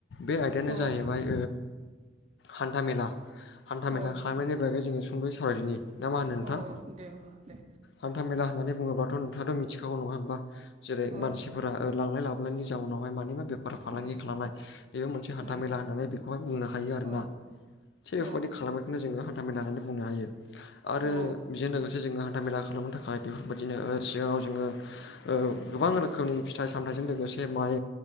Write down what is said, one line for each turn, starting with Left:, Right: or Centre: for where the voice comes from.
Left: बे आयदायानो
Right: औ
Left: जाहैबाय हान्था मेला हान्था मेला
Right: औ
Left: खालामनायनि बागै जोङो सुंदयै सावरायदिनि ना मा होनो नोंथां
Right: औ औ दे अब्ला दे
Left: हान्थामेला होननानै बुङोब्लाथ' नोंथाङाथ' मिथिखागौ नङा होमबा जेरै
Right: औ
Left: मानसि लांनाय लाबोलायनायनि जाउनावहाय मानि मा बेफोर फालांगि
Right: उम
Left: खालामनाय बेबो मोनसे हान्था
Right: उम
Left: मेला होननानै बेखौहाय बुंनो हायो आरोना
Right: औ
Left: थिग बेफोरबायदि
Right: औ
Left: खालामनायखौनो जोङो हान्थामेला होननानै बुंनो हायो आरो
Right: औ
Left: बेजों लोगोसे जोङो हान्था मेला खालाम खालामनो थाखाय बेफोरबायदिनो सिगाङाव जोङो गोबां
Right: उम
Left: रोखोमनि फिथाइ सामथाइजों लोगोसे माइ